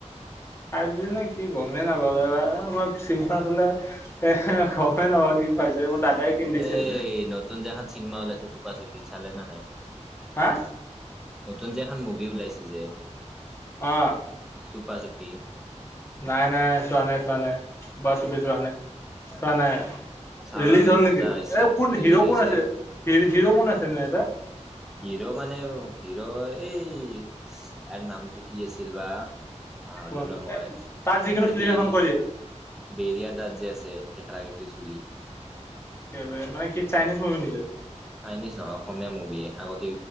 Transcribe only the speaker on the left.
<unintelligible> নেকি গমেই নাপাও এইবাৰ মই চিমখন আছিলে এ হ হয় <unintelligible> কি খুৱাইছে মোৰ দাদাই কিনি দিছিল।
হা
অ'।
নাই নাই- নাই চোৱা নাই- চোৱা নাই, চুপা চুপি চোৱা নাই- চোৱা নাই।
ৰিলিজ
হ'ল
নেকি
এই কোন
হিৰ'
কোন আছে হিৰ' কোন আছে নু ইয়াতে।
কোন
এ তাৰ যিকোনো
ফিল্ম
এখন কৰি
কে মানে কি চাইনিজ মুভি নিকি।